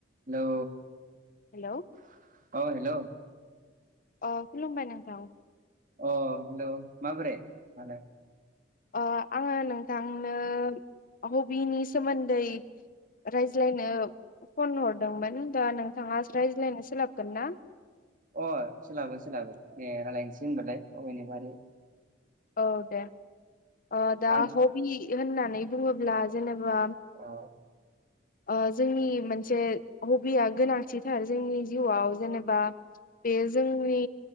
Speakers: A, on the right; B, on the left.
A: Hello
B: hello
A: <inaudible> अ hello
B: अ खुलुमबाय नोंथां।
A: अ हेलौ माबोरै मालाय
B: अ आङो नोंथांनो हबिनि सोमोन्दै रायज्लायनो फन हरदोंमोन दा नोंथाङा रायज्लायनो सोलाबगोन ना?
A: अ सोलाबो सोलाबो दे रायलायनोसै होनबालाय अबनिबारै
B: औ दे ओ दा
A: आं
B: हबि होननानै बुङोब्ला जेनेब बा
A: अ
B: ओ जोंनि मोनसे हबिया गोनांथिथार जोंनि जिउआव जेनेबा बे जोंनि